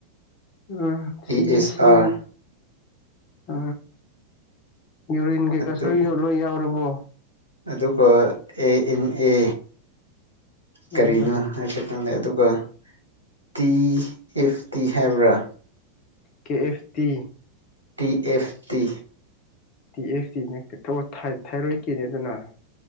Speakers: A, on the left (about 40°); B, on the left (about 85°).
A: ꯎꯝ ꯁꯤꯕꯤ
B: ꯏ ꯑꯦꯁ
A: ꯁꯤ
B: ꯑꯥꯔ
A: ꯑ ꯌꯨꯔꯤꯟꯒꯤꯩ
B: ꯑꯗꯨ
A: ꯀꯁꯨ ꯌꯣꯠꯂꯣ ꯌꯥꯎꯔꯕꯣ
B: ꯑꯗꯨꯒ ꯑꯦ ꯏꯟ ꯑꯦ ꯀꯔꯤꯅꯣ
A: ꯎꯝ
B: ꯍꯥꯏꯐꯦꯠ ꯈꯪꯂ ꯑꯗꯨꯒ ꯇꯤ ꯏꯐꯇꯤ ꯍꯥꯏꯕ꯭ꯔꯥ
A: K F T
B: T F T
A: T S ꯇꯤꯅ ꯊꯥꯏꯔꯣꯏ ꯀꯦꯅꯦ ꯑꯗꯨꯅ